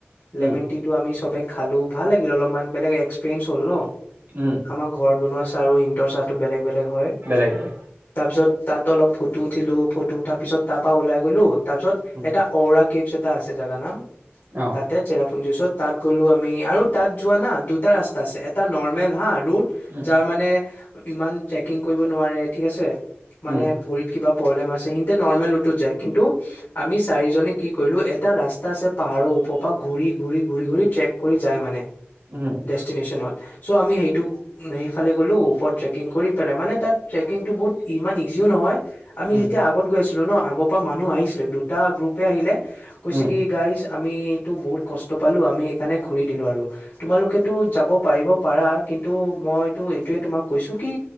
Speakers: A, on the left (about 70°); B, on the right (about 70°).
A: লেমেন
B: উম
A: টি টো আমি চবে। খালো ভাল লাগিল অলপমান বেলেগ এক্সপিৰিয়েঞ্চ হ'ল ন।
B: উম
A: আমাৰ ঘৰত। বনোৱা চাহ আৰু সিন্তৰ চাহতো বেলেগ। বেলেগ হয়,
B: বেলেগ বেলেগ
A: তাৰপিছত। তাত অলপ ফটো উঠিলো ফটো। তাৰ পিছত তাৰ পৰা ওলাই গ'লো। তাৰপিছত
B: উম
A: এটা ওৰা কিপচ্। কটা আছে জানা না।
B: অ
A: তাকে চেৰা। পিছত তাত গ'লো আমি আৰু তাত যোৱা না দুটা ৰাস্তা আছে এটা নৰ্মেল হাড। ৰোট
B: উম
A: যাৰ মানে। ইমান চেকিং কৰিব নোৱাৰে ঠিক আছে। মানে
B: উম
A: ভৰিত কিবা। প্ৰব্লেম আছে। এতে নৰ্মেল ৰুতটোত যায় কিন্তু আমি চাৰিজনে কি কৰিলো এটা ৰাস্তা আছে পাহাৰৰ ওপৰ পৰা ঘূৰি ঘূৰি ঘূৰি ঘূৰি ট্ৰেক কৰি যায় মানে।
B: উম
A: ডেষ্টিনিচনত। চ' আমি সেইটো সেইফালে গ'লো ওপৰত ট্ৰেকিং কৰি পেলাই মানে তাত ট্ৰেকিংটো বহুত ইমান ইজিও নহয়। আমি
B: উম
A: যেতিয়া আব। ছিলো ন আগৰ পৰা মানুহ আহিছিলে দুটা গ্ৰুপে আহিলে। কৈছে
B: উম
A: কি গাড়ী। আমিটো বহুত কষ্ট পালো আমি এইকাৰণে ঘুৰি দিলো আৰু তোমালোকেতো যাব পাৰিব পাৰা কিন্তু মইতো এইটোয়ে তোমাক কৈছো কি